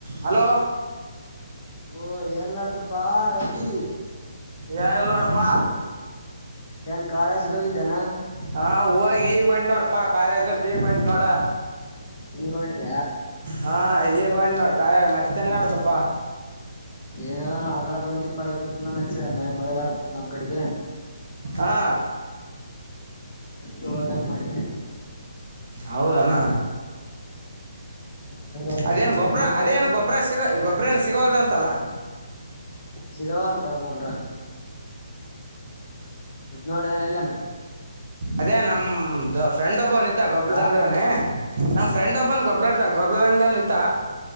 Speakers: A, on the right; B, on the left.
A: hello
B: ಓ ಏನ್ ನ್ದಪ್ಪಾ ರಫಿ
A: ಎನಿಲ್ ನೋಡಪ್ಪ
B: ನ್ ಕಾಲೇಜ್ಗೆ ಹೋಗಿದ್ದಾನ
A: ಹಾ ಹೋಗಿ ಈಗ ಒಂಟ್ ನೋಡಪಾ ಕಾಲೇಜ್ ದಗ ಒಂಟ ನೋಡ
B: ಈಗ ಒಂಟಿದ
A: ಹಾ ಈಗ ಒ ನೋಡ್ ಕ ಮತ್ತೆನ್ಾಡ್ದಪ್ಪ
B: ಏನಲ್ಲ ನಾ ಹಗಳ ಬಂದಿ ಪಕ್ಕೆ ಪೂರ ನಚ್ಚಿದ ಮೆ ಮಳೆ ಬಾರ ಕೂತ್ ನಮ್ ಕಡೆಗೆ
A: ಹಾ
B: ಹವಾಗಾರ ಮಾಡಿದ್ದೆ
A: ಹೌದನಾ
B: ಮಳೆ ಬರಕೂತ್
A: ಅದೇನು
B: ನಿಮ್
A: ಗೊಬ್ಬ್ರ
B: ಕಡೆಗೆಲ್ಲ ಮಳೆ
A: ಅದೇನು ಗೊಬ್ಬ್ರ ಸಿಗ ಗೊಬ್ಬರ ಏನು ಸಿಗೋಲ್ದಂತಲ್ಲ
B: ಸಿಗಾವಲ್ತ ಗೊಬ್ರ ಬದ್ ಮಾಡೋಡದನ ಎಲ್ಲನ
A: ಅದೇ ನಮ್ದ ಫ್ರೆಂಡ್ ಒಬ್ಬವನ್ದ ಗೊಬ್ಬ್ರದಂಗಡವನೇ
B: ಆ
A: ನಮ ಫ್ರಂಡ್ ಒಬ್ಬನ್ ಗೊಬ್ರಾಡ್ತ ಗೊಬ್ಬರದಂಗ ದವ್ನ ಇದ್ದ